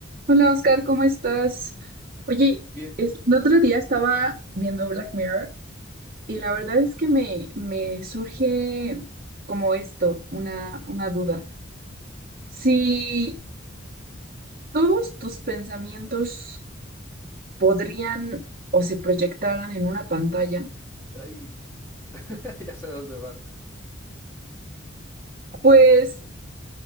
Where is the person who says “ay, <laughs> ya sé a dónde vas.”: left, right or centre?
Left